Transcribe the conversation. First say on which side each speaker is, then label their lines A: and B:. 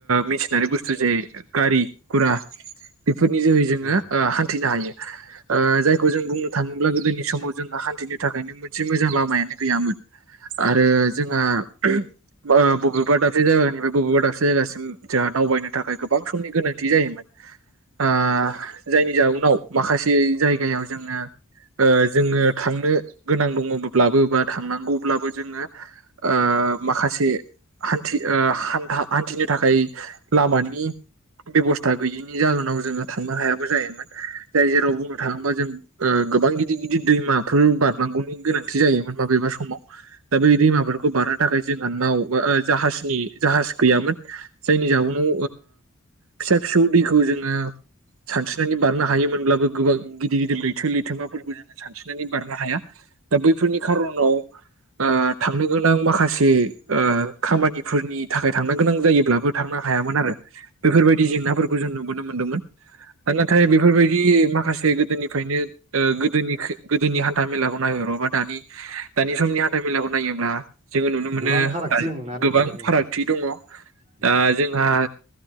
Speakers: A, on the right (about 75°); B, on the right (about 35°).
A: मेसिनारि बुस्थु जे गारि गुरा बेफोरनि जोहै जोङो
B: ओं
A: ओ। नो हायो जायखौ जों बुंनो थाङोब्ला गोदोनि समाव जोंङो हान्थिनो थाखायनो मोनसे मोजां लामायानो गैयामोन आरो जोंहा बा बेबा दासे जायगा बबेबा दाबसे जायगासिम जोंहा दावबायनो थाखाय गोबां समनि गोनांथि जायोमोन आ जायनि जाउनाव माखासे जायगायाव जोङो ओ जोङो थांनो। गोनां दङब्लाबो बा थांनांगौब्लाबो जोङो ओ माखासे हान्थि हान्था हान्थिनो थाखाय लामानि बेब'स्था गैयैनि जाहोनाव जोङो थांनो हायाबो जायोमोन जाय जेराव बुंनो थाङोबा जों ओ गोबां गिदिर गिदिर दैमाफोर बार बारनांगौनि गोनांथि जायोमोन माबेबा समाव दा बे दैमाफोरखौ बारनो थाखाय जोंहा नाव जाहाजनि जाहाज गैयामोन जायनि जाउनाव फिसा फिसौ दैखौ जोङो सानस्रिनानै बारनो हायोमोनब्लाबो गोबां गिदिर गिदिर लैथो लैथोमाफोरखौ जोङो सानस्रिनानै बारनो हाया दा बैफोरनि खार'नाव थांनो गोनां माखासे खामानिफोरनि थाखाय थांनो गोनां जायोब्लाबो थांनो हायामोन आरो बेफोरबायदि जेंनाफोरखौ जों नुबोनो मोनदोंमोन दा नाथाय बेफोरबायदि माखासे गोदोनिफ्रायनो गोदोनि गोदोनि हान्था मेलाखौ नायहरोबा दानि समनि हान्था मेलाखौ नायोब्ला जोङो नुनो मोनो
B: गोबां फारागथि
A: दा
B: दंना नोंथां
A: गोबां
B: उम
A: फारागथि दङ
B: उम
A: दा जोंहा